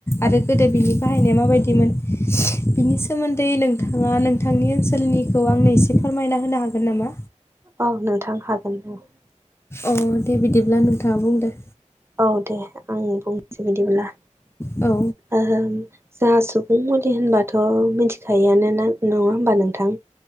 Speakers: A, on the left; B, on the right.
A: आरो गोदो बिनि बाहायनाय माबायदिमोन बिनि सोमोन्दै नों थाङा नोंथांनि ओनसोलनिखौ आंनो एसे फोरमायना होनो हागोन नामा
B: औ नोंथां हागोन ओं
A: अ दे बिदिब्ला नोंथाङा बुंदो
B: औ दे आं बुंनोसै बिदिब्ला
A: औ
B: जोंहा सुबुं मुलि होनबाथ' मिथिखायोआानोा नङा होमबा नोंथां?